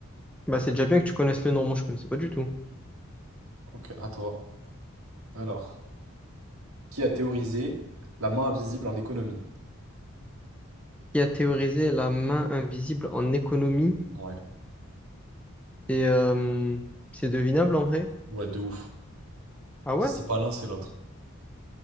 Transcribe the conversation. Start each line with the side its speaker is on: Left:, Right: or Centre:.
Centre: Bah, c'est déjà bien que tu connaisses le nom, moi je connaissais pas du tout.
Right: Ok, à toi. Alors, qui a théorisé la main invisible en économie?
Centre: Qui a théorisé la main invisible en économie?
Right: Ouais,
Centre: C'est euh, c'est devinable en vrai?
Right: ouais, de ouf.
Centre: Ah ouais?
Right: Si c'est pas l'un, c'est l'autre.